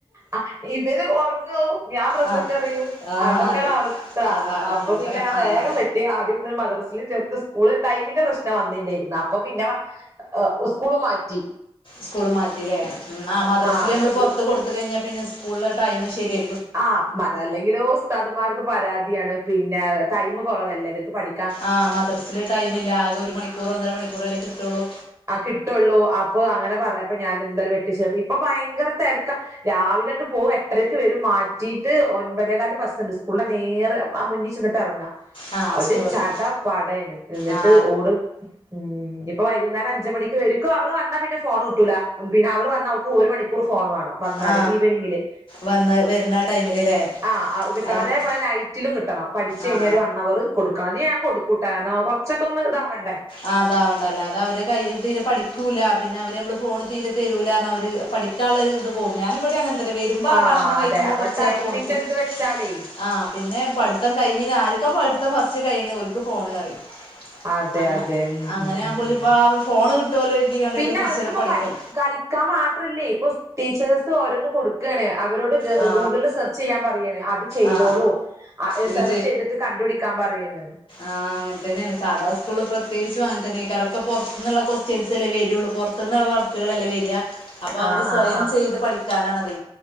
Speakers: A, on the right (about 30°); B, on the left (about 60°).
A: അ ഇവര് ഒറങ്ങും ഞാൻ പ്രസന്റ്
B: ആ
A: പറയും
B: ആ
A: അതൊക്കേ
B: അല്ല
A: ണവസ്ഥത അവസ്ഥ
B: അതാ
A: അപ്പൊ
B: അങ്ങനത്തെ
A: പിന്നെ ഞാൻ
B: അന്ന
A: വേഗം വെ ആദ്യം മുതല് മദ്രസ്ല് ചേർത് സ്‌കൂള് ടൈമിന്റെ പ്രശ്നം വന്നില്ലേ ര് ന്നോ അപ്പൊ പിന്നെ ഉസ്ക്കൂളും മാറ്റി
B: സ്കൂള് മാറ്റില്ലേ ഹ് ന്ന മദ്രസില്നമ്മള്
A: ആ സ്കൂ
B: പൊറത്ത് കൊടു കഴിഞ്ഞാ പിന്നെ സ്കൂളിലെടൈം ശരിയാ
A: ആഹ് പ്പം അതെല്ലെങ്കിലും ഉസ്താദുമാർക്ക് പരാതിയാണ് പിന്നെ ടൈമ്കുറവല്ലെ ഇവർക്ക് പഠി
B: ആഹ് മദ്രസില് ടൈമില്ല ആകെ ഒരു മണിക്കൂറ് ഒന്നര മണിക്കൂറല്ലേ കിട്ടൊള്ളൂ
A: ആഹ് കിട്ടള്ളൂ അപ്പൊ അങ്ങനെ പറഞ്ഞപ്പോ ഞാൻ ഇന്നലെ വെട്ടിച്ചേർത്തി ഇപ്പൊ ഭയങ്കര തിരക്കാ രാവിലണ്ട് പോകും എട്ടരക്ക് വെരും മാറ്റീട്ട്ഒൻപതേകാല്ന് ബസ്ണ്ട് സ്കൂളിന്റെ നേരെ ആ മുന്നീ ചെന്നിട്ടെറങ്ങാ
B: ആ
A: ഒര്
B: സ്കൂൾ ബസ്
A: ചട പടേണ് ഇന്ന്ട്ട്
B: ആ
A: ഓട് ഉം അപ്പൊ വൈകുന്നേരം അഞ്ചു മണിക്ക് <unintelligible> അവള് വന്നാ പിന്നേ ഫോണു കിട്ടൂല പിന്നെ അവള് വന്നാ അവക്ക് ഒരു മണിക്കൂർ ഫോൺ വേണം വന്നാല്
B: ആ
A: ഈവനിങ്ങില്
B: വന്ന വരുന്ന ടൈമിലല്ലേ
A: ആഹ് കിട്ടണം
B: അത്
A: അതേപോലെ
B: ക-
A: നൈറ്റിലും കിട്ടണം പഠിച്ചു കഴിഞ്ഞൊരു
B: ആ
A: വണ്ണവറ് കൊടുക്ക്ണത് ഞാൻ കൊട്ക്കുട്ടാ ഞാ കൊറ്ച്ചൊക്ക ഒന്ന് ഇതാവണ്ടെ
B: ആഹ് ആതാവണ്ടല്ല അതവര് കൈ തീരെ പഠിക്കൂല പിന്നെ അവര് നമ്മള് ഫോണ് തീരെ തരൂലാന്ന് അവര് പഠി ചള ഇത് പോവും ഞാനും ഇവിടി അങ്ങനെ വരുമ്പോ
A: ആഹ്
B: ആ ഭക്ഷണം കഴിക്കുമ്പോ
A: അതെ അപ്പൊ
B: കൊറച്ചേരം
A: ടൈമിന്റെ
B: കൊട്ക്കും
A: ഒരു ഇത് വെച്ചാലേ
B: ആഹ് പിന്നെ പഠിത്തം കഴിഞ് ആർക്കാ പഠിത്തം ഫസ്റ്റ് കഴിയണ് ഓൽക്ക് ഫോണ്ന്നറയും
A: അതെ
B: അങ്ങ
A: അതെ ഉം
B: അങ്ങനെ
A: ഉം ഉം
B: ആവുമ്പോളിപ്പം
A: ഉം
B: അവര് ഫോണ് കിട്ടുല്ലോ കര്തിയോണ്ട്
A: പിന്നെ
B: കൊറച്ചേരം
A: അവർക്കിപ്പോ
B: പഠി ക്കും
A: കളിക്കാൻ മാത്രല്ലേ ഇപ്പൊ ടീച്ചേഴസ് ഓരോന്ന് കൊടുക്കാണ് അവരോട്
B: ആ
A: ഗൂഗ്ള്സെർച്ച് ചെയ്യാന് പറയാണ് അത് ചെയ്തോളൂ
B: ആ
A: ആഹ് എസെർച്ച്
B: ഇത്
A: ചെയ്തിട്ട് കണ്ടുപിടിക്കാൻ പറയാണ്
B: ആഹ് അങ്ങൻതന്നെണ് സാധാ സ്‌കൂൾല് പ്രിത്രേകിച്ചു അങ്ങൻതന്നെക്കാരം ഒക്ക പൊർത്ത് ന്ന്ള്ള കൊസ്‌റ്റ്യൻസല്ലേ വെരൊള്ളൂ പൊർ ത്തൂന്നുള്ള വർക്കുകളല്ലേ വര്വാ അപ്പോ അവര്
A: ആഹ്
B: സ്വയം
A: ആഹ്
B: ചെയ്ത് പഠിക്കാനാണത്